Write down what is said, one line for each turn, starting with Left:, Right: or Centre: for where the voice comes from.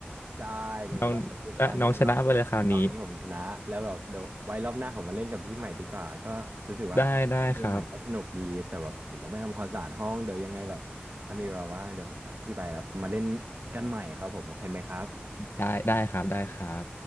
Right: ได้งั้นก็เป็นนิวตอนงั้นรอบนี้รอบนี้ผมชนะแล้วแบบเดี๋ยวไว้รอบหน้าผมมาเล่นกับพี่ใหม่ดีกว่าก็รู้สึกว่า
Left: ๆน้องน้องชนะไปเลยคราวนี้ ได้ได้ครับ
Right: เกมใหม่ก็สนุกดีแต่แบบผมต้องไปทำความสะอาดห้องเดี๋ยวยังไงแบบถ้ามีเวลาว่างเดี๋ยวผมทักพี่ไปแล้วมาเล่นกันใหม่ครับผมโอเคไหมครับ
Left: ได้ได้ครับได้ครับ